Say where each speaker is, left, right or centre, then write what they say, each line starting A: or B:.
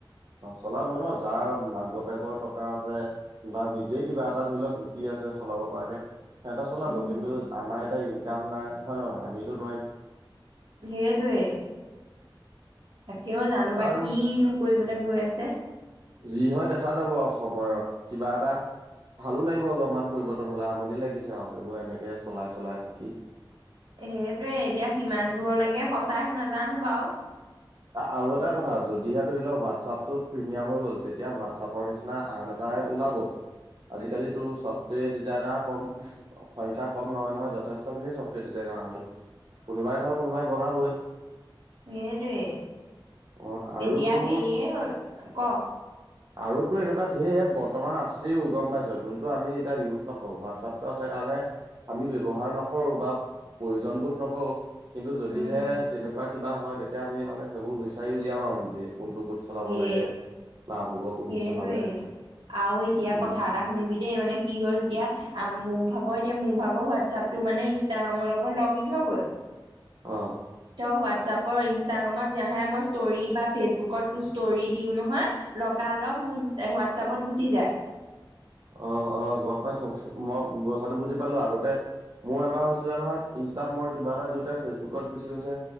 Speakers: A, on the right; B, on the right.
A: অ', চলাব ন যাৰ মাক বাপেকৰ টকা আছে। নিজে কিবা এটা ধৰি লওঁক ঘটি আছে চলাব পৰাকে। সেহঁতে চলাব
B: উম
A: কিন্তু আমাৰ এতিয়া ইনকাম নাই হয় নে নহয় আমিতো নোৱাৰিম।
B: সেইটোৱে। তাকেও জানো বা
A: আৰু
B: কিনো কৰিবলৈ গৈ আছে।
A: যি হয় দেখা যাব আৰু সময়ত কিবা এটা ভালো লাগিব অলপমান পৰিৱৰ্তন হ'লে আমনি লাগিছে আৰু এইবোৰ এনেকে চলাই চলাই থাকি।
B: সেইটোয়ে এতিয়া কিমান দূৰলৈকে সঁচা হয় নাজানো বাৰু।
A: আৰু এটা কথা যদিহে ধৰি লওঁক হোৱাটছআপটোত প্ৰিমিয়াম হৈ গ'ল তেতিয়া হোৱাটছআপৰ নিচিনা আন এটা এপ ওলাব।
B: <inaudible>
A: আজিকালিতো চব সেই ডিজাইনাৰ কম সংখ্যা কম নহয় নহয় যথেষ্টখিনি চফ্টওৱেৰ ডিজাইনাৰ হ'ল। কোনোবাই নহয় কোনোবাই বনাবই।
B: সেইটোৱেই
A: অ আৰু
B: এতিয়া
A: তোৰ
B: সেয়ে হ'ল ক'।
A: আৰুতো এনেকুৱা ধেৰ এপ বৰ্তমান আছেও গম পাইছ। যোনটো আমি এতিয়া ইউজ নক অ', হোৱাটছপটো আছে কাৰণে আমি ব্যৱহাৰ নকৰো বা প্ৰয়োজন বোধ নকৰো। কিন্তু যদিহে
B: উম উম
A: তেনেকুৱা কিবা হয় তেতিয়া আমি মানে সেইবোৰ বিচাৰি উলিয়াম আৰু নিজে কোনটো চলাব
B: সেই
A: লাগে। লাভ হ'ব। কোনটো
B: সেইটোৱে
A: চলালে
B: আৰু এতিয়া
A: উম
B: কথা এটা শুনিবি দেই মানে কি হ'ল এতিয়া মোৰ ভাগৰ এতিয়া মোৰ ভাগৰ হোৱাটছআপটো মানে ইনষ্টাগ্ৰামৰ লগত লগ ইন হৈ গ'ল।
A: অ'।
B: তেওঁ হোৱাটছআপৰ ইনষ্টাগ্ৰামত যোহে মই ষ্টৰি বা ফেচবুকতো ষ্টৰি দিওঁ নহয়। লগাল লগ মোৰ ইনচ হোৱাটছআপত গুচি যায়।
A: অ', অ', গম পাইছো মই কথাটো বুজি পালো আগতে মোৰ এবাৰ হৈছিলে নহয় ইনষ্টাত মই কিবা এটা দিওঁতে ফেচবুকত গুচি গৈছে।